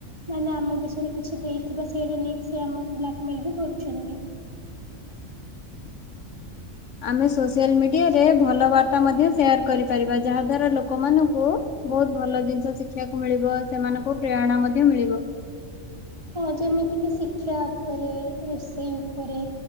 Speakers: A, on the right; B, on the left.
A: ମାନେ ଆମ ବିଷୟରେ କିଛି ଦେଇଥିବା ସେଇଟା ନେଇକି ସେ ଆମକୁ ବ୍ଲାକ୍ମେଲ ବି କରୁଛନ୍ତି।
B: ଆମେ ସୋସିଆଲ ମିଡିଆରେ ଭଲ ବାର୍ତା ମଧ୍ୟ ସେୟାର କରିପାରିବା ଯାହା ଦ୍ଵାରା ଲୋକମାନଙ୍କୁ ବହୁତ ଭଲ ଜିନିଷ ଶିଖିବାକୁ ମିଳିବ ସେମାନଙ୍କୁ ପ୍ରେରଣା ମଧ୍ୟ ମିଳିବ।
A: ହଁ ଯେମିତି କି ଶିକ୍ଷା ଉପରେ ରୋଷେଇ ଉପରେ।